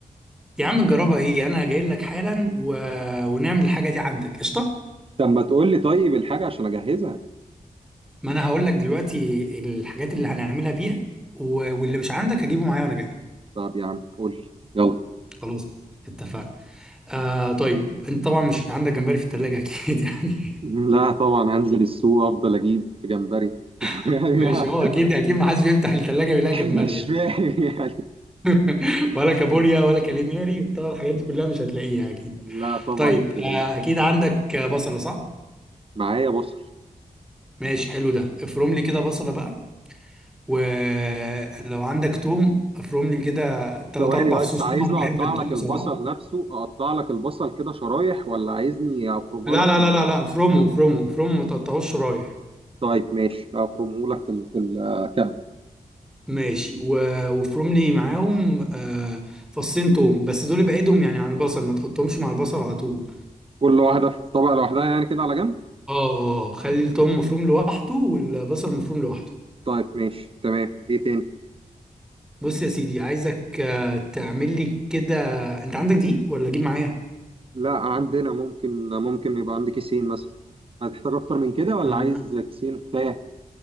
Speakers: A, in the centre; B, on the right.
A: يا عم جربها ايه انا جاي لك حالا و... ونعمل الحاجه دي عندك قشطه
B: طب ما تقول لي طيب الحاجه عشان اجهزها
A: ما انا هقول لك دلوقتي الحاجات اللي هنعملها بيها و- واللي مش عندك هجيبه معايا وانا جاي
B: طب يا عم قول لي يلا
A: خلاص اتفقنا آه طيب انت طبعا مش عندك جمبري في التلاجة اكيد يعني
B: لا طبعا هنزل السوق افضل اجيب في جمبري <laughs>
A: <laughs>
B: يعني
A: ماشي هو اكيد اكيد ما حدش بيفتح التلاجة بيلاقي جمبري
B: مش
A: يعني
B: فاهم يعني
A: <laughs> ولا كابوريا
B: قول لي.
A: ولا كاليماري طبعا الحاجات دي كلها مش هتلاقيها اكيد
B: لا طبعا
A: طيب
B: مش هلاقيه
A: آه اكيد عندك آه، بصلة صح
B: معايا بصل
A: ماشي حلو ده افرم لي كده بصلة بقى ولو عندك توم افرم لي كده تلات
B: ثواني
A: اربع
B: بس
A: فصوص
B: عايزني
A: توم انا
B: اقطع
A: بحب التوم
B: لك البصل
A: بصراحة
B: نفسه اقطع لك البصل كده شرايح ولا عايزني افرمها
A: لا
B: لك
A: لا
B: في ال...
A: لا لا لا فرومو فرومو فرومو ما تقطعوش رايح
B: طيب ماشي افرمه لك في ال... في الكعب
A: ماشي و... وفروملي معاهم آه فصين توم بس دول ابعدهم يعني عن البصل ما تحطهمش مع البصل على طول
B: كل واحده في طبق لوحدها يعني كده على جنب
A: اه اه آه. خلي التوم مفروم لوحده والبصل مفروم لوحده
B: طيب ماشي تمام ايه تاني
A: بص يا سيدي عايزك آه تعمل لي كده انت عندك دي ولا اجيب معايا
B: لا عندنا ممكن ممكن يبقى عندي كيسين مثلا هتحتاج اكتر من كده ولا
A: آه.
B: عايز كيسين كفايه